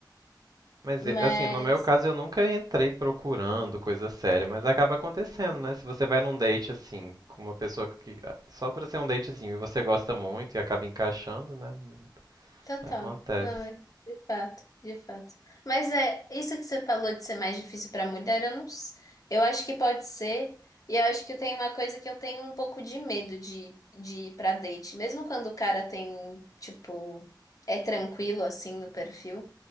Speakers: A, on the right; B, on the left.
A: Mas
B: mas
A: e- assim, no meu caso eu nunca entrei procurando coisa séria, mas acaba acontecendo, né? Se você vai num date assim, com uma pessoa que ah, só pra ser um datezinho e você gosta muito e acaba encaixando, né? Hum,
B: Total.
A: Acontece.
B: Não é. De fato, de fato. Mas é isso que você falou de ser mais difícil para mulher, eu não, s- eu acho que pode ser. E eu acho que tem uma coisa que eu tenho um pouco de medo de, de ir pra date. Mesmo quando o cara tem, tipo, é tranquilo assim no perfil.